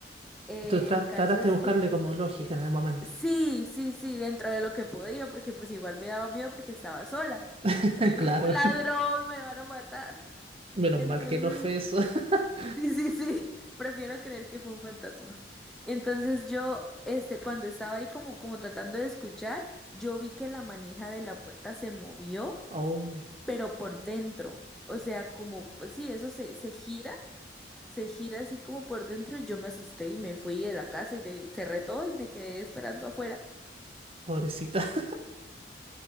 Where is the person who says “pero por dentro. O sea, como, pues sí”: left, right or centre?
Centre